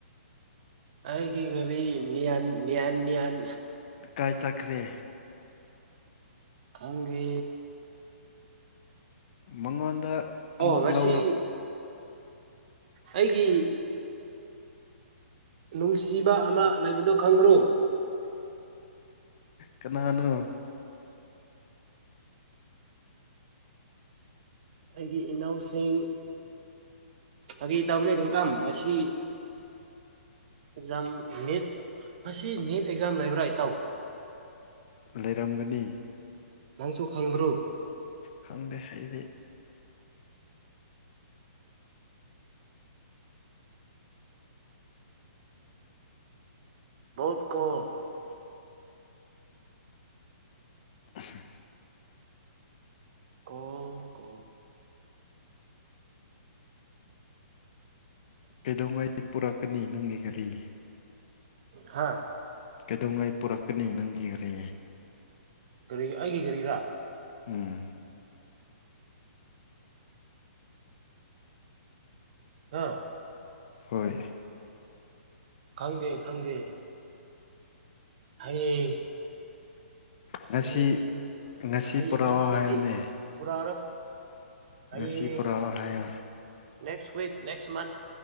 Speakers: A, on the right (about 40°); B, on the left (about 40°).
A: ꯑꯩꯒꯤ ꯒꯔꯤ ꯅꯤꯌꯥꯟ ꯅꯤꯌꯥꯟ ꯅꯤꯌꯥꯟ
B: ꯀꯥꯏ ꯆꯠꯈ꯭ꯔꯦ
A: ꯈꯪꯗꯦ
B: ꯃꯉꯣꯟꯗ
A: ꯑꯣ
B: ꯑꯃꯨꯛ
A: ꯉꯁꯤ
B: ꯂꯧꯔꯣ
A: ꯑꯩꯒꯤ ꯅꯨꯡꯁꯤꯕ ꯑꯃ ꯂꯩꯕꯗꯣ ꯈꯪꯕ꯭ꯔꯣ
B: ꯀꯅꯥꯅꯣ
A: ꯑꯩꯒꯤ ꯏꯅꯥꯎꯁꯤꯡ ꯐꯒꯤ ꯇꯧꯕꯅꯤ ꯔꯤꯡꯀꯝ ꯁꯤ ꯑꯦꯛꯖꯥꯝ ꯅꯦꯠ ꯉꯁꯤ ꯅꯦꯠ ꯑꯦꯛꯖꯥꯝ ꯂꯩꯕ꯭ꯔꯥ ꯏꯇꯥꯎ
B: ꯂꯩꯔꯝꯒꯅꯤ
A: ꯅꯪꯁꯨ ꯈꯪꯕ꯭ꯔꯣ
B: ꯈꯪꯗꯦ ꯑꯩꯗꯤ
A: <unintelligible>
B: ꯑꯍꯝ
A: ꯀꯣꯜ ꯀꯣ
B: ꯀꯩꯗꯧꯉꯩ ꯄꯨꯔꯛꯀꯅꯤ ꯅꯪꯒꯤ ꯒꯥꯔꯤ
A: ꯍꯥꯥ
B: ꯀꯩꯗꯧꯉꯥꯏ ꯄꯨꯔꯛꯀꯅꯤ ꯅꯪꯗꯤ ꯒꯔꯤ
A: ꯀꯔꯤ ꯑꯩꯒꯤ ꯒꯥꯔꯤꯔ
B: ꯎꯝ
A: ꯑꯥ
B: ꯍꯣꯏ
A: ꯈꯪꯗꯦ ꯈꯪꯗꯦ ꯍꯌꯦꯡ
B: ꯉꯁꯤ
A: ꯍꯌꯦꯡ
B: ꯉꯁꯤ
A: ꯍꯌꯦꯡ
B: ꯄꯨꯔꯛꯑꯣ
A: ꯉꯁꯤꯗꯤ
B: ꯍꯥꯏꯌꯨꯅꯦ
A: ꯄꯨꯔꯛꯑꯔꯣꯢ ꯑꯩ
B: ꯉꯁꯤ ꯄꯨꯔꯛꯑꯣ ꯍꯥꯏꯌꯣ
A: ꯅꯦꯛꯁꯋꯤꯛ ꯅꯦꯛꯁ ꯃꯟꯊ